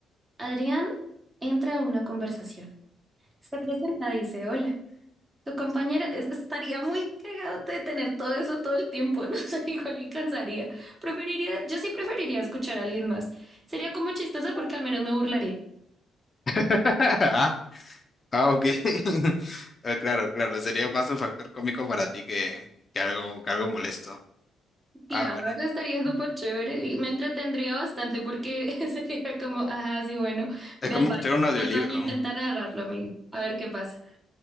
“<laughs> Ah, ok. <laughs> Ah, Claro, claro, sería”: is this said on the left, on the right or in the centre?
Left